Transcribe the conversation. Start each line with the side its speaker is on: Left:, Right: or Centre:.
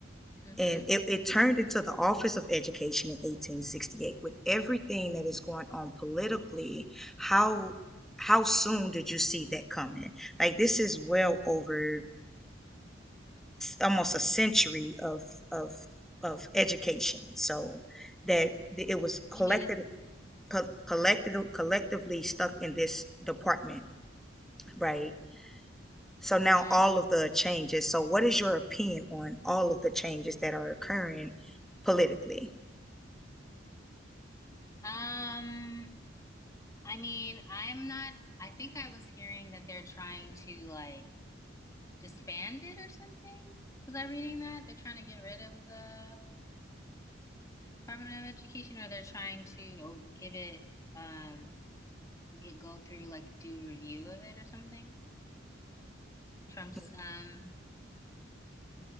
Left: Mm-hmm.
Centre: and it, it turned into the Office of Education in 1868 with everything that is going on politically. How how soon did you see that coming? Like this is well over almost a century of of of education so that it was
Left: You
Centre: collected
Left: mean
Centre: co- collected collectively stuck in this department right so now
Left: mm-hmm.
Centre: all of the changes so what is your opinion on all of the changes that are occurring politically
Left: Um, I mean, I'm not I think I was hearing that they're trying to like disband it or something. Was I reading that? They're trying to get rid of the Department of Education or they're trying to oh, give it um get, go through like do review of it or something. Trump's
Centre: Mm.
Left: um